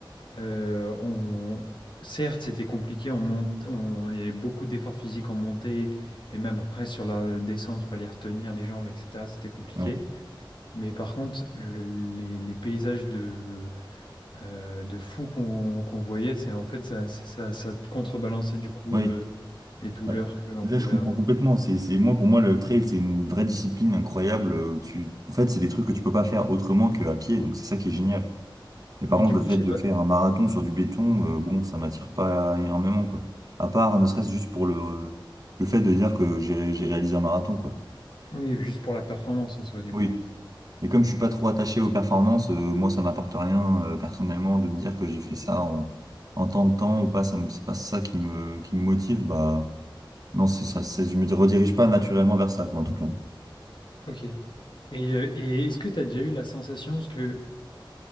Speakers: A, on the left (about 65°); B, on the right (about 45°).
A: euh, on... certes, c'était compliqué. On monte... on... Il y avait beaucoup d'efforts physiques en montée. Et même après, sur la descente, fallait retenir les jambes, etc. C'était compliqué.
B: Ouais.
A: Mais par contre, le- les, les paysages de euh, de fou qu'on qu'on voyait. C'est en fait ça, ça, ça contrebalançait du coup
B: Oui.
A: euh, les douleurs
B: Ouais.
A: que l'on
B: Là,
A: pouvait
B: je comprends
A: avoir.
B: complètement. C'est, c'est, moi, pour moi, le trail, c'est une vraie discipline incroyable. euh, où Tu, en fait, c'est des trucs que tu peux pas faire autrement qu'à pied. Donc, c'est ça qui est génial. Mais par
A: Mais
B: contre,
A: du coup,
B: le fait
A: je sais
B: de
A: pas.
B: faire un marathon sur du béton, euh, bon, ça m'attire pas énormément, quoi. À part, ne serait-ce juste pour le, le fait de dire que j'ai, j'ai réalisé un marathon, quoi.
A: Oui, juste pour la performance en soi, du
B: Oui.
A: coup.
B: Et comme je suis pas trop attaché aux performances, euh, moi ça m'apporte rien euh, personnellement de me dire que j'ai fait ça en, en tant de temps ou pas, ça me, c'est pas ça qui me, qui me motive, bah non, c'est ça, c'est, je me redirige pas naturellement vers ça, quoi, en tout cas.
A: Ok. Et, euh, et est-ce que tu as déjà eu la sensation, parce que